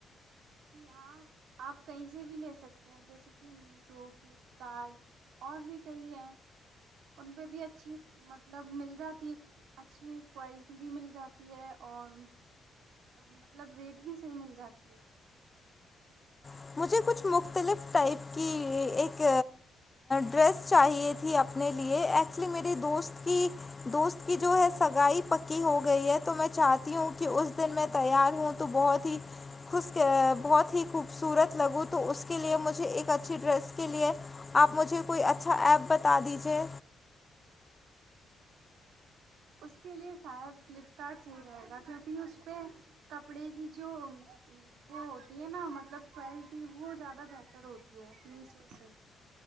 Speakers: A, on the right; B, on the left.
A: جی ہاں آپ کہیں سے بھی لے سکتے ہیں جیسے کہ میو سو پھر فلپکارڈ اور بھی کئی ہے ان پہ بھی اچھی مطلب مل جاتی اچھی کوالٹی بھی مل جاتی ہے اور اور مطلب ریٹ بھی صحیح مل جاتی ہے
B: <inaudible> مجھے کچھ مختلف ٹائپ کی ایک ڈریس چاہیے تھی اپنے لیے ایکچولی میری دوست کی دوست کی جو ہے سگائی پکی ہو گئی ہے تو میں چاہتی ہوں کہ اس دن میں تیار ہوں تو بہت ہی خوش کے بہت ہی خوب سورت لگو تو اس کے لیے مجھے ایک اچھی ڈریس کے لیے آپ مجھے کوئی اچھا ایپ بتا دیجیے
A: اس کے لیے شاید فلپ کارٹ صحیح رہے گا کیونکہ اس پہ کپڑے کی جو وہ ہوتی ہے نا مطلب کوالٹی وہ زیادہ بہتر ہوتی ہے میشو سے